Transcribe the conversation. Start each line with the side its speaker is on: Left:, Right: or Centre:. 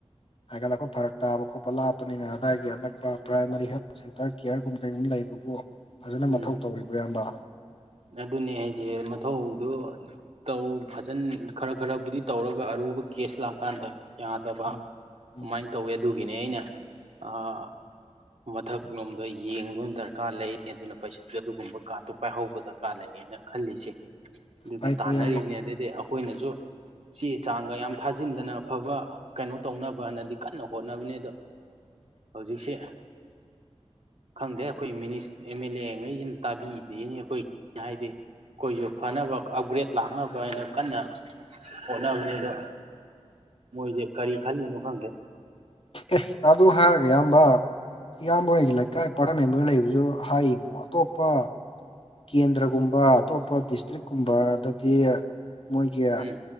Left: ꯍꯥꯏꯒꯠꯂꯛꯄ ꯐꯔꯛ ꯇꯥꯕ ꯈꯣꯠꯄ ꯂꯥꯞꯄꯅꯤꯅ ꯑꯗꯥꯏꯒꯤ ꯑꯅꯛꯄ ꯄ꯭ꯔꯥꯏꯃꯥꯔꯤ ꯍꯦꯜꯠ ꯁꯦꯟꯇꯔ ꯀꯤꯌꯔꯒꯨꯝ ꯀꯩꯒꯨꯝ ꯂꯩꯗꯨꯕꯨ ꯐꯖꯅ
Right: ꯎꯝ
Left: ꯃꯊꯧ ꯇꯧꯔꯤꯕ꯭ꯔꯥ ꯏꯌꯥꯝꯕ
Right: ꯑꯗꯨꯅꯦ ꯍꯥꯏꯖꯦ ꯃꯊꯧꯗꯨ ꯇꯧ ꯐꯖꯟ ꯈꯔ ꯈꯔꯕꯨꯗꯤ ꯇꯧꯔꯒ ꯑꯔꯨꯕ ꯀꯦꯁ ꯂꯥꯛꯀꯥꯟꯗ ꯌꯥꯗꯕ
Left: ꯎꯝ ꯎꯝ
Right: ꯑꯃꯥꯏꯟ ꯇꯧꯋꯦ ꯑꯗꯨꯒꯤꯅꯦ ꯑꯩꯅ ꯑꯥ ꯃꯊꯛꯂꯣꯝꯗ ꯌꯦꯡꯕꯝ ꯗꯔ ꯀꯥꯔ ꯂꯩ ꯑꯦꯗꯨꯅ ꯄꯩꯁꯥꯁꯨ ꯑꯗꯨꯒꯨꯝꯕ ꯀꯥꯔꯠꯇꯨ ꯄꯥꯏꯍꯧꯒꯗ ꯀꯥ ꯂꯩꯌꯦꯅ ꯈꯜꯂꯤꯁꯦ ꯑꯗꯨꯒꯤ
Left: ꯐꯩ
Right: ꯇꯥꯟꯅꯔꯤꯕꯅꯦ
Left: ꯐꯩ ꯏꯌꯥꯝꯕ
Right: ꯑꯗꯩꯩꯗꯤ ꯑꯈꯣꯏꯅꯖꯨ ꯆꯦ ꯆꯥꯡꯒ ꯌꯥꯝ ꯊꯥꯖꯤꯟꯗꯅ ꯑꯐꯕ ꯀꯩꯅꯣ ꯇꯧꯅꯕꯅꯗꯤ ꯀꯟꯅ ꯍꯣꯠꯅꯕꯅꯦ ꯗꯣ ꯍꯧꯖꯤꯛꯁꯦ ꯈꯪꯗꯦ ꯑꯩꯈꯣꯏ ꯃꯤꯅꯤ ꯑꯦꯝ ꯑꯦꯜ ꯑꯦ ꯉꯩꯁꯤꯅ ꯇꯥꯕꯤꯗꯦꯅꯦ ꯑꯩꯈꯣꯏ ꯍꯥꯏꯗꯤ ꯑꯩꯈꯣꯏꯁꯨ ꯐꯅꯕ ꯑꯞꯒ꯭ꯔꯦꯗ ꯂꯥꯛꯅꯕꯅ ꯀꯟꯅ ꯍꯣꯠꯅꯕꯅꯦ ꯑꯗꯨ ꯃꯣꯏꯖꯦ ꯀꯔꯤ ꯈꯜꯂꯤꯅꯣ ꯈꯪꯗꯦ
Left: ꯑꯦ ꯑꯗꯨ ꯍꯥꯏꯔꯒ ꯏꯌꯥꯝꯕ ꯏꯌꯥꯝꯕ ꯍꯣꯏꯒꯤ ꯂꯩꯀꯥꯏ ꯄꯔꯥꯗꯥꯟ ꯃꯦꯝꯕꯔ ꯂꯩꯕꯗꯨꯁꯨ ꯍꯥꯏ ꯌꯦꯡꯉꯣ ꯑꯇꯣꯞꯄ ꯀꯦꯟꯗ꯭ꯔꯒꯨꯝꯕ ꯑꯇꯣꯞꯄ ꯗꯤꯁꯇ꯭ꯔꯤꯛꯒꯨꯝꯕꯗꯗꯤ ꯃꯣꯏꯒꯤ
Right: ꯎꯝ